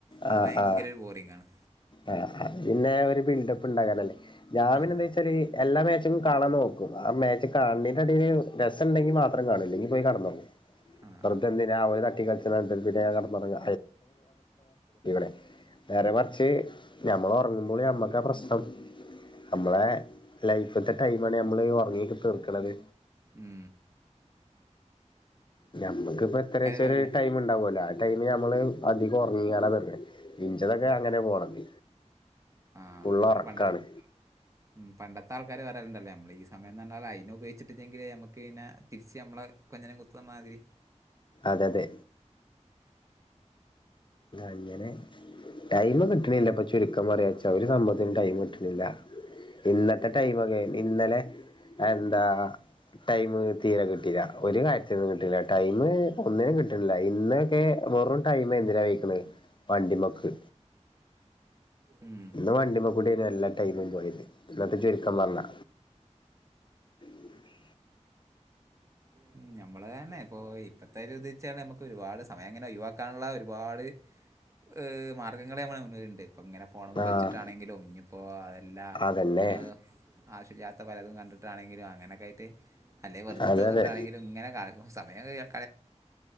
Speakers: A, on the right (about 25°); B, on the left (about 40°).
A: അത്
B: ആ
A: ഭയങ്കര
B: ആ
A: ഒരു ബോറിംഗാണ്
B: ആ അപിന്നെ ഒര് ബിൽഡപ്പ് ണ്ടാകാനല്ലേ ഞാ
A: ആ
B: പിന്നെ ന്താചാല് എല്ലാ മാച്ച് മം കാണാൻ നോക്കും ആ മാച്ച് കാ ണ് ണേറ്റെ ടീല് രസ ണ്ടങ്കി മാത്രം കാണും ഇല്ലങ്കി പോയി കട്ന്നൊർങ്ങും
A: ആ
B: വെറുതെന്തിനാ ഓല് തട്ടികൾ <unintelligible> കെട്ന്നൊർങ്ങ <unintelligible> നേരെ മർച്ച് ഞമ്മള് ഉറങ്ങുമ്പോളും ഞമ്മക്കാ പ്രശ്നം നമ്മളെ ലൈഫ്ത്തെ ടൈമാണ് നമ്മള് ഒറങ്ങീ തീർക്കണത്
A: മ്
B: ഞമ്മക്ക് പ്പോ എത്രച്ചാല്
A: പറയാ
B: ടൈം ണ്ടാവലോ ആ ടൈമ് ഞമ്മള് അതിക ഉർങ്ങാനാ വര്നേ ഇന്റെതൊക്കെ
A: ആ
B: അങ്ങനെ പോണത്
A: ആ
B: ഫുള്ള്
A: ഞങ്ങൾ
B: ഒറക്കാണ്
A: പണ്ടത്തെ ആൾകാർ പണ്ടത്തെ ആൾ ക്കാര് പറയല്ണ്ടല്ലോ നമ്മള് ഈ സമയനർഞ്ഞാല് അയിനുഉപയോഗിച്ചിട്ട്ല്ലങ്കിലേ നമക്ക് പിന്ന തിരിച് നമ്മളെ കൊഞ്ഞനം കുത്തൂന്ന് റഞ്ഞമാതി <unintelligible>
B: അതെതെ അങ്ങനെ ടൈം കിട്ട്ണ്ല്ല പ്പൊ ചുരുക്കം പറയാച്ചാ ഒരു സംഭവത്തിനും ടൈം കിട്ട്ണ്ല്ല ഇന്നത്തെ ടൈമൊക്കെ ഇന്നലെ എന്താ ടൈമ് തീരെ കിട്ടീല ഒര് കാര്യത്തിനും കിട്ടീല ടൈമ് ഒന്നിനും കിട്ട്ണ്ല്ല ഇന്നൊക്കെ വെറും ടൈമ് എന്തിനാ കയിക്ക്‌ണേ വണ്ടിമക്ക്
A: ഉം
B: ഇന്ന് വണ്ടിമ്മ കൂടെ നു എല്ലാ ടൈമും പോയത് <unintelligible> ത്തം ചുരുക്കം പറഞ്ഞാ <unintelligible>
A: ഉം, നമ്മള് തന്നെ ഇപ്പൊ ഇപ്പത്തെ ഒരു ഇത് ച്ചാ നമക്ക് ഒരുപാട് സമയം ങ്ങനെ ഒഴിവാക്കാന്ള്ള ഒരുപാട് ഹ് മാർഗങ്ങള് നമ്മളെ മുന്ന്ല്ണ്ട് ഇങ്ങനെ ഫോണ് മ്മ
B: ആഹ്
A: കളിച്ചിട്ടാണെങ്കിലും ഞ്ഞിപ്പോ അതല്ലാ
B: അതന്നെ
A: അ് ആ വിശ്യല്ലാത്ത പലതും കണ്ടിട്ടാണെങ്കിലും അങ്ങനൊക്കായിട്ട് അല്ലെ വെറ്തെ കുത്തർന്ന്ട്ടാണെ
B: അതെ അതെ
A: അ ര്ക്കും സമയം കയ്യാ